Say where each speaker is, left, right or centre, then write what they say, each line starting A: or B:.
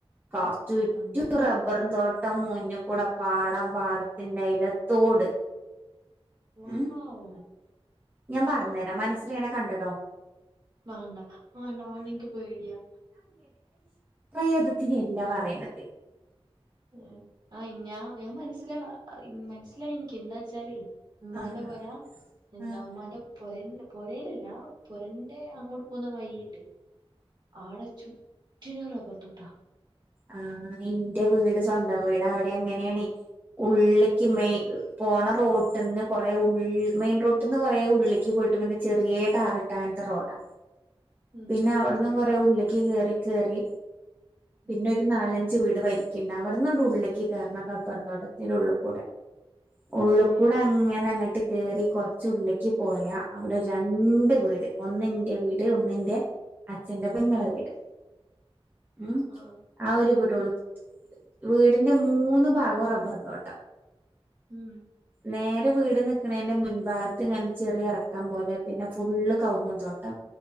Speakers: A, on the right; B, on the right.
A: കാസ്റ്ററ്റ
B: അള്ളാ
A: റബ്ബറും തോട്ട ട്ടം മഞ്ഞ കൂടെ പാടം പാടത്തിന്റെ അയില തോട്
B: വ്വാവൂ
A: ഉം ഞാൻ പറഞ്ഞുതരാം മനസ്സില എങ്ങനെ കണ്ടട്ടോ
B: വണ്ടാ വേണ്ട വാണെക്ക് പോയിടിയാ
A: പ്രേതത്തിന്ല്ല പറയുന്നത്
B: ആ <unintelligible> ആഹ് ഞാ ഞാൻ മനസ്സിലാ മനസ്സിലായി എനക്ക് എന്താ വെച്ചാല് ഉമ്മാന്റെ
A: ആഹ്
B: പോരാ എന്താ
A: ആഹ്
B: ഉമ്മാന്റെ പൊര പൊരയിലല്ല പൊരന്റെ അങ്ങോട്ട് പോകുന്ന വഴിയുണ്ട്. ആടെ ചുറ്റുനും റബ്ബർ തോട്ട
A: ആ എന്റെ വീട് സ്വന്തം വീട് അവിടെ എങ്ങനെയണ. ഉള്ളിക്ക്
B: ഏഹ്
A: മെയി പോണ റോട്ടന്ന് കുറേ ഉൾ മെയിൻ റോട്ടിന്ന് നിന്ന് കൊറേ ഉള്ളിലേക്ക് പോയിട്ട് പിന്നെ ചെറിയ ടാർ ട്ട അങ്ങൻ റോഡാ
B: ഉം
A: പിന്നെ അവിടന്നും കൊറെ ഉള്ളേക്ക് കേറി കേറി
B: ഉം
A: പിന്നെ ഒരു നാലഞ്ച് വീട് വരിക്കുണ്ട് അവിടന്നോടെ ഉള്ളിലക്ക് കറണം റബ്ബർ തോട്ടത്തിൻ്റെ ഒരു ഉള്ള്കൂടെ. ഉള്ളിൽ
B: ഏഹ്
A: കൂടെ അങ്ങന അങ്ങട്ട് കയറി കുറച്ച് ഉള്ളേക്ക് പോയാ അവിടെ രണ്ട് വീട് ഒന്നിന്റെ വീട് ഒന്നിന്റെ അച്ഛന്റെ പെങ്ങളെ
B: ഉം
A: വീട് ഉം
B: ആഹ്
A: ആ ഒരു വീടുള്ളൂ
B: ഉം
A: വീടിന്റെ മൂന്ന് ഭാഗവും റബ്ബർന്തോട്ടം.
B: ഉം.
A: നേരെ വീട് നിക്കണേതിന്റെ മുൻഭാഗത്ത് ഇങ്ങനെ ചെറിയ ഇറക്കം പോലെ പിന്നെ ഫുള്ള് കവ്ങ്ങ തോട്ടം.